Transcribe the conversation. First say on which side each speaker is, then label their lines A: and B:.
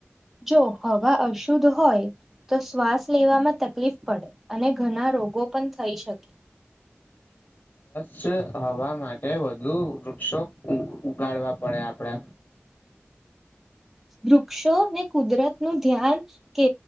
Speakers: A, in the centre; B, on the left.
A: જો હવા અશુદ્ધ હોય, તો શ્વાસ લેવામાં તકલીફ પડે અને ઘણા રોગો. ગોપન થઈ, શકે
B: છ, હવા માટે વધુ વૃક્ષો. ઉગાડવા પડે આપડે
A: વૃક્ષોને કુદરતનુ ધ્યાન કે